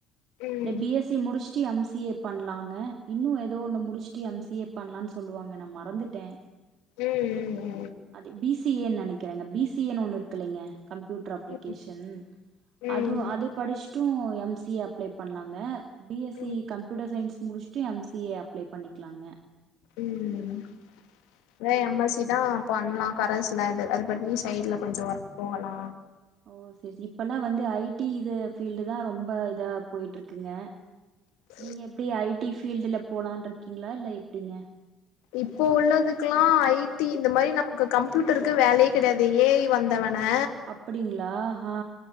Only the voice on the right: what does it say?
இந்த பி எஸ் சி முடிச்சுட்டு எம் சி ஏ பண்ணலாங்க இன்னு ஏதோ ஒன்னு முடிச்சுட்டு எம் சி ஏ பண்ணலான்னு சொல்லுவாங்க நா மறந்துட்டே
அது பி சி ஏன்னு நெனைக்கிறேங்க பி சி ஏன்னு ஒன்னு இருக்கு இல்லைங்க கம்ப்யூட்டர் அப்ளிகேஷன்
அதுவு அது படிச்சுட்டு எம் சி ஏ அப்ளே பண்ணலாங்க பி எஸ்
சி கம்யூட்டர் சயின்ஸ் முடிச்சுட்டு எம் சி ஏ அப்ளே பண்ணிக்கலாங்க
ஓ சேர் சேரி இப்பெல்லா வந்து ஐ டி இது ஃபீல்டு தா ரொம்ப இதா போயிட்டு இருக்குங்க
நீங்க எப்டி ஐடி பீல்டுல போலன் இருக்கீங்களா இல்ல எப்டிங்க
அப்டிங்களா ஆ